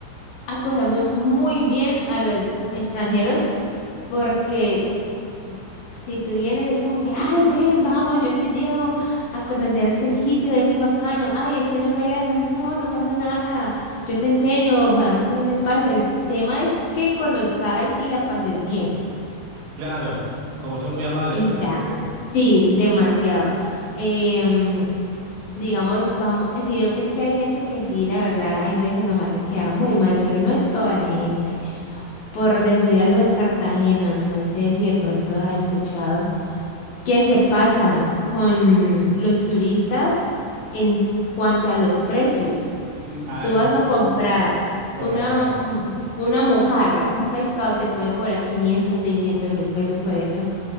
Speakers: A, on the left (about 55°); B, on the right (about 85°).
A: acogemos muy bien a los extranjeros porque si tú vienes es como que, ay, ven, vamos, yo te llevo a conocer este sitio, es muy bacano. Ay, es que no es bailar, no, no, no pasa nada. Yo te enseño, me vas cogiendo el paso. El tema es que conozcas y la pases bien.
B: Claro, como que son muy amables
A: Esa,
B: con la gente que...
A: sí, demasiado. Em, digamos, vamos, sino que es que hay gente que sí, la verdad, hay veces nos hace quedar muy mal, pero no es toda la gente. Por decir algo en Cartagena, no sé si de pronto has escuchado, que se pasan con los turistas en cuanto a los precios.
B: Mm, Ah,
A: Tú
B: eso
A: vas
B: sí,
A: a comprar
B: no puede
A: una,
B: pasar.
A: mm, una mojarra, un pescado, te pueden cobrar 500 600 mil pesos por eso.